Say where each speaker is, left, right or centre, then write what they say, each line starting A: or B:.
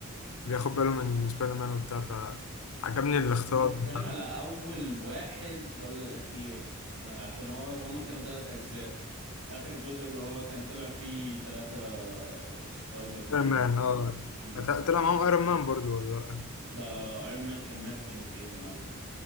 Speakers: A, on the left; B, on the right.
A: بياخد باله من سبايدر مان وبتاع فعجبني الاختلاط
B: انت بتتكلم
A: ده
B: على اول واحد ولا الاخير انا عشان هو هما كانوا ثلاث اجزاء اخر جزء اللي هو كان طلع فيه ثلاثة سبايدر مان
A: سبايدر مان
B: اللي
A: اه
B: هما ال... هم.
A: فت- طلع معاهم ايرون مان برضو ولا لأ؟
B: لا لا لا ايرون مان كان مات في اند جيم يا معلم